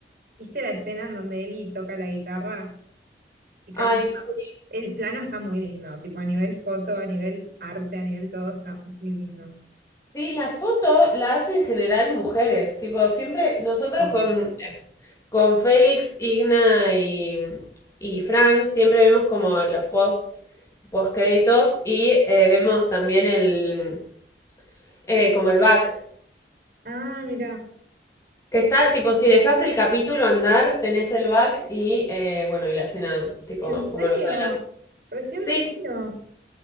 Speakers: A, on the right; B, on the left.
A: viste la escena en donde Eli toca la guitarra y canta.
B: Ay, sí,
A: El plano está muy lindo, tipo a nivel foto, a nivel arte, a nivel todo está muy lindo.
B: Sí, la foto la hacen en general mujeres. Tipo, siempre nosotros
A: Obvio.
B: con, con Félix, Igna y, y Frank siempre vemos como los post, post créditos y eh, vemos también el eh, como el back.
A: Ah, mira.
B: Que está, tipo, si dejas el capítulo andar, tenés el back y eh, bueno, y la escena, tipo,
A: ¿En serio?
B: como los adelantos.
A: Recién
B: Sí,
A: me entero.